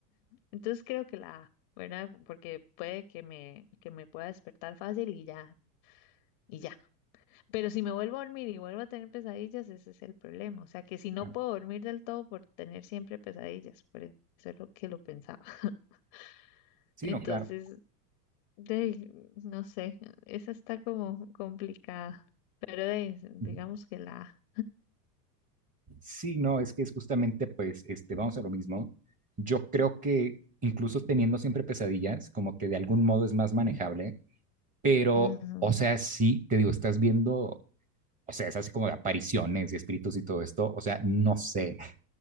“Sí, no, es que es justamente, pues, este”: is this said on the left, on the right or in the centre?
Right